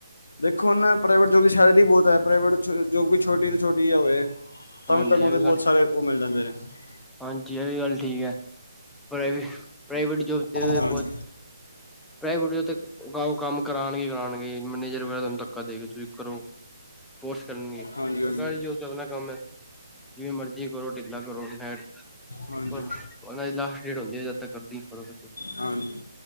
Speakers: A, on the left (about 75°); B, in the centre.
A: ਦੇਖੋ ਹੁਣ ਪ੍ਰਾਈਵੇਟ ਜੋਬ ਦੀ ਸੈਲਰੀ ਬਹੁਤ ਹੈ ਪ੍ਰਾਈਵੇਟ ਜੋਬ ਵੀ ਛੋਟੀ ਤੇ ਛੋਟੀ ਹੋਵੇ। ਤਾਂ
B: ਹਾਂਜੀ
A: ਵੀ ਤੁਹਾਨੂੰ
B: ਇਹ
A: ਉਹਦੇ ਬਹੁਤ
B: ਗੱਲ
A: ਸਾਰੇ ਉਹ ਮਿਲ ਜਾਂਦੇ ਨੇ, <unintelligible>
B: ਹਾਂਜੀ ਇਹ ਵੀ ਗੱਲ ਠੀਕ ਐ ਪ੍ਰ ਪ੍ਰਾਈਵੇਟ ਜੋਬ, ਤੇ <unintelligible>
A: ਹਾਂਜੀ
B: ਪ੍ਰਾਈਵੇਟ ਕੰਮ ਕਰਾਣਗੇ ਕਰਾਣਗੇ ਮੈਨੇਜਰ ਵਗੈਰਾ ਤੁਹਾਨੂੰ ਧੱਕਾ ਦੇ ਕੇ ਤੁਸੀਂ ਕਰੋ। ਕਰਨਗੇ
A: ਹਾਂਜੀ
B: ਸਰਕਾਰੀ
A: ਹਾਂਜੀ
B: ਜੋਬ ਤੇ ਆਪਣਾ ਕੰਮ ਹੈ। ਜਿਵੇਂ ਮਰਜ਼ੀ ਕਰੋ ਢਿੱਲਾ ਕਰੋ ਹੈਰ
A: ਹਾਂਜੀ
B: ਉਹਨਾਂ ਦੀ ਲਾਸਟ ਡੇਟ ਹੁੰਦੀ ਹੈ ਜਦ ਤਕ ਕਰਦੀ ਹੀ ਕਰੋ ਤੁਸੀਂ
A: ਹਾਂਜੀ